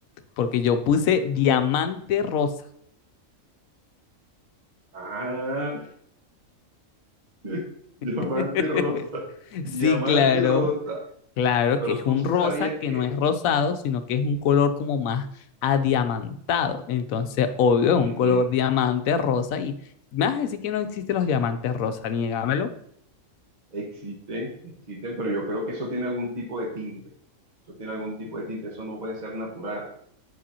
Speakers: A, on the left (about 80°); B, on the right (about 35°).
A: porque yo puse diamante rosa.
B: Ah, <laughs> Diamante
A: <laughs>
B: rosa, diamante
A: Sí, claro,
B: rosa.
A: claro
B: Pero
A: que es
B: tú
A: un
B: sí
A: rosa
B: sabías
A: que
B: que
A: no es rosado, sino que es un color como más adiamantado. Entonces, obvio,
B: ujú,
A: es un color diamante rosa y me vas a decir que no existen los diamantes rosa, Niégamelo.
B: existen, existen, pero yo creo que eso tiene algún tipo de tinte. Eso tiene algún tipo de tinte, eso no puede ser natural.